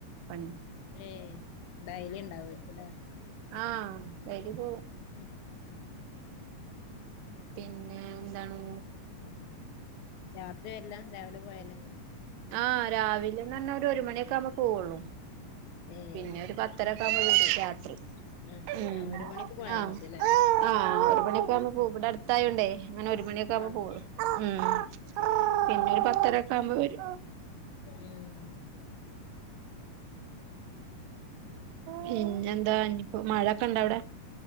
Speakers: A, on the right (about 80°); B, on the left (about 70°).
A: പണിയാ
B: ഏയ് ഡായ്ലി ഇണ്ടാവുരിക്കുല്ലേ?
A: ആഹ് ഡെയിലി പോവും.
B: ഉം.
A: പിന്നെ എന്താണ്?
B: രാത്രി വര്ല്ലാ രാവിലെ പോയല്?
A: ആഹ് രാവിലെന്നാർഞാ ഒരു മണിയൊക്കെ ആവുമ്പൊ പോവൊള്ളൂ.
B: ഏഹ്
A: പിന്നെ ഒരുപത്ത് ത്തരക്കുമ്പോഴ രാത്രി
B: ആഹ്
A: ഉ
B: ആഹ് ഒരു മണിക്ക് പോയാ
A: ആ്
B: മതില്ലേ
A: ആ അ <unintelligible> മണിയക്കുമ്പ പൂ ഇവടെ അടുത്തായോണ്ട് അങ്ങനെ ഒരു മണിയൊക്കെ
B: ആഹ്
A: പോവൊള്ളൂ. മം
B: ഏഹ്
A: പിന്നെ ഒരു പത്തര വുമ്പോ വെരും.
B: ഉം പിന്നെന്താ
A: പിന്നെ എന്താ? ഇപ്പോ മഴൊക്കെ ഇണ്ടഅവിടെ?